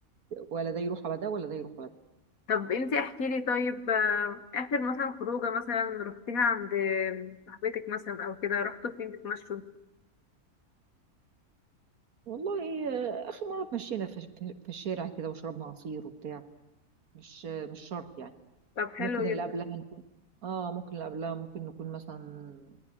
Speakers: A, on the right (about 75°); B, on the left (about 70°).
A: ولا ده يروح على ده ولا ده يروح على ده
B: طب انت احكي لي طيب آه، اخر مثلا خروجه مثلا رحتيها عند صاحبتك مثلا او كده رحتوا فين تتمشوا
A: والله آه، آخر مرة اتمشينا في, في, في الشارع كده وشربنا عصير وبتاع مش آه، مش شرط يعني
B: طب حلو
A: ممكن اللي
B: جدا
A: قبلها نكون اه ممكن اللي قبلها ممكن نكون مثلا